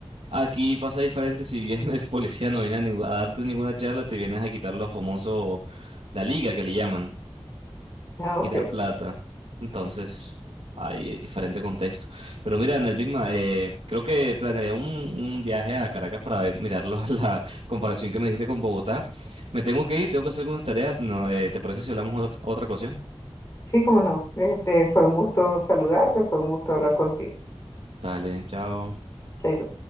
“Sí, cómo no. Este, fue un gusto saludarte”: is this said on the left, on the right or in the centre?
Left